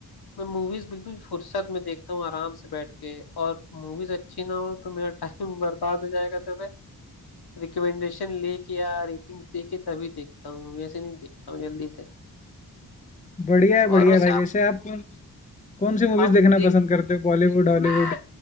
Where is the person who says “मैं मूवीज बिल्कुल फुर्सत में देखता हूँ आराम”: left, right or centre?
Left